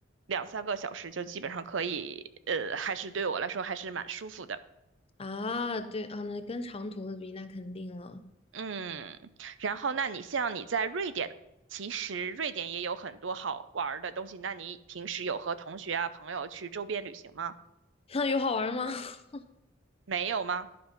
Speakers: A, on the right (about 70°); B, on the left (about 30°).
A: 两三个小时就基本上可以，呃，还是对我来说还是蛮舒服的。
B: 啊，对啊，那跟长途的比，那肯定了。
A: 嗯，然后那你像你在瑞典，其实瑞典也有很多好玩儿的东西。那你平时有和同学啊、朋友去周边旅行吗？
B: <laughs> 那有好玩吗？<laughs>
A: 没有吗？